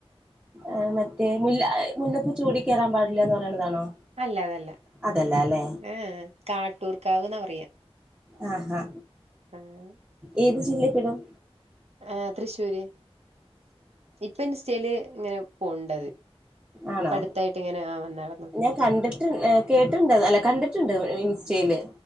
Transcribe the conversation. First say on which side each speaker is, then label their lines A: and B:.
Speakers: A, on the right (about 15°); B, on the right (about 85°).
A: ആ മറ്റേ മുല്ല മുല്ലപ്പ് ചൂടി കേറാൻ പാടില്ലന്ന് പറയണതാണോ
B: അല്ല അതല്ല
A: അതല്ല അല്ലെ
B: ഏഎ കാട്ടൂർക്കാവ്ന്ന പറയാ
A: ആഹാ
B: ആഹ്
A: ഏത് ജില്ലയിപ്പെടും?
B: ആ തൃശ്ശൂര് ഇപ്പൊ ഇൻസ്റ്റെല് ഇങ്ങനെ പോണ് ണ്ടത്
A: ആണോ
B: പ്പട്ത്തായിട്ട് ഇങ്ങനെ ആ വന്നാള
A: ഞാൻ കണ്ട്ട്ട് കേട്ട്ണ്ട് അല്ല കൺ ണ്ട്ട്ട് ഇൻസ്റ്റൈയില്.